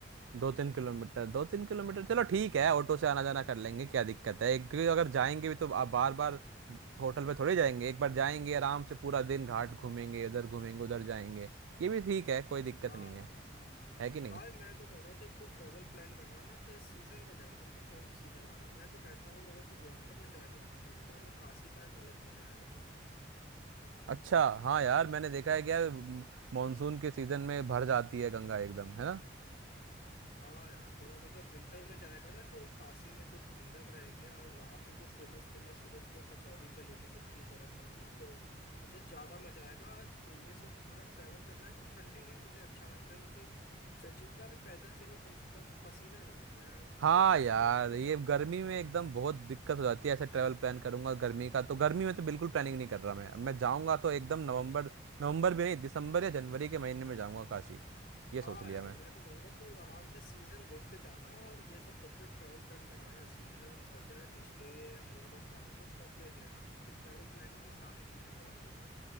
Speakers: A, on the right (about 85°); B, on the left (about 50°).
A: दो तीन किलोमीटर दो तीन किलोमीटर चलो ठीक है ऑटो से आना जाना कर लेंगे क्या दिक्कत है एक- क्योंकि अगर
B: हम्म।
A: जाएंगे भी तो आप बार बार होटल पे थोड़े जाएंगे एक बार जाएंगे आराम से पूरा दिन घाट घूमेंगे इधर घूमेंगे उधर जाएंगे ये भी ठीक है कोई दिक्कत
B: हाँ
A: नहीं है है कि नहीं
B: भाई मैं तो कह रहा हूँ जब तू ट्रेवल प्लान करना ना तो सीजन का ध्यान रखना कि कौन सा सीजन आ रहा है मैं तो कहता हूँ अगर तू विंटर में जाएगा ना तो विंटर में काशी का एक अलग मजा आएगा तुझे
A: अच्छा हाँ यार मैंने देखा है क्या मानसून के सीजन में भर जाती है गंगा एकदम है ना
B: हाँ यार थोड़ा मतलब विंटर में जाएगा ना तो काशी में जो ठंडक रहेगी और वहाँ पे जो फेमस फेमस सुबह सुबह कचौड़ी जलेबी मिलती है गरम गरम ना तो मुझे ज्यादा मजा आएगा और तो ये सब अगर ट्रैवल करना है तो ठंडी ही मुझे अच्छा लगता है क्योंकि च- जितना भी पैदल चलो कम से कम पसीना नहीं होता यार
A: हाँ
B: गर्मी
A: यार
B: में थोड़ा प्रॉब्लम
A: ये
B: होने
A: गर्मी
B: लगता
A: में
B: है
A: एकदम बहुत दिक्कत हो जाती है ऐसे ट्रैवल प्लान करूंगा गर्मी का तो गर्मी में तो बिल्कुल प्लानिंग नहीं कर रहा मैं अब मैं जाऊंगा तो एकदम नवंबर नवंबर भी नहीं दिसंबर या जनवरी के महीने में जाऊंगा काशी ये
B: हाँ
A: सोच लिया
B: यार
A: मैं
B: मैं तो कहूंगा तू आराम से सीजन देखते जाना और ये सब जब भी ट्रैवल प्लान करना ना season budget stay mode of transport सब देख लेना क्योंकि ट्रैवल प्लानिंग में सारी चीजें बहुत जरूरी हैं।